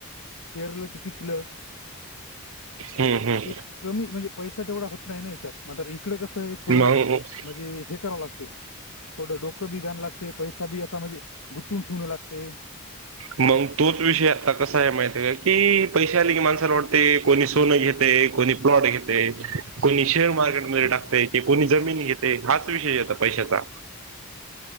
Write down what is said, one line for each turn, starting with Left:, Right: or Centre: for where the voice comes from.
Left: पेरलं की पिकलं
Right: हम्म हम्म
Left: ते कमी म्हणजे पैसा तेवढा होत नाही ना याच्यात म्र इकडं कसं आहे थोडं
Right: मग
Left: म्हणजे हे करावं लागते थोडं डोकं बी द्यावं लागते पैसा बी असा म्हणजे गुंतून ठेवणं लागते
Right: मग तोच विषय आता कसा आहे माहिती आहे का की पैसे आले की माणसाला वाटते कोणी सोनं घेते कोणी प्लॉट घेते कोणी शेअर मार्केटमध्ये टाकते की कोणी जमीन घेते हाच विषय येतात पैशाचा
Left: <inaudible>